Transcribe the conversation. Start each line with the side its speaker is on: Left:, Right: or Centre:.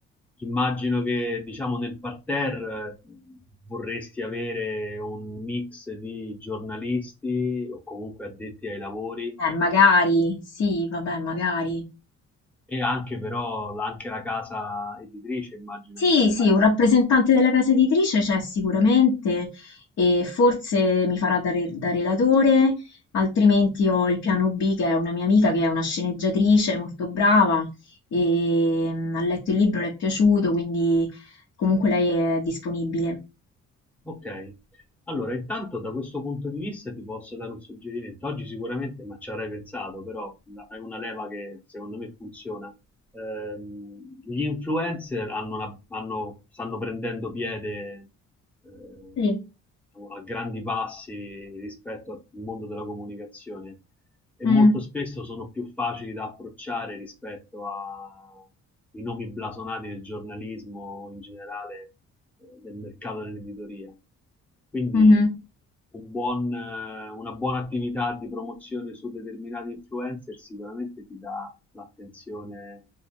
Centre: immagino che, diciamo, nel parterre eh, vorresti avere un mix di giornalisti o comunque addetti ai lavori,
Left: Eh,
Centre: genericamente.
Left: magari, sì, vabbè, magari.
Centre: E anche però la- anche la casa editrice immagino
Left: Sì,
Centre: che debba
Left: sì,
Centre: essere.
Left: un rappresentante della casa editrice c'è sicuramente e forse mi farà da, re- da relatore, altrimenti ho il piano B che è una mia amica che è una sceneggiatrice molto brava e mm, ha letto il libro, le è piaciuto, quindi comunque lei è disponibile.
Centre: Ok, allora intanto da questo punto di vista ti posso dare un suggerimento. Oggi sicuramente, ma ci avrei pensato, però la- è una leva che secondo me funziona. Ehm, gli influencer hanno una- hanno- stanno prendendo piede eh,
Left: Lì.
Centre: diciamo, a grandi passi rispetto al mondo della comunicazione e
Left: Mm,
Centre: molto spesso sono più facili da approcciare rispetto a i nomi blasonati del giornalismo in generale del mercato dell'editoria. Quindi
Left: mhm.
Centre: un buon, eh, una buona attività di promozione su determinati influencer sicuramente ti dà l'attenzione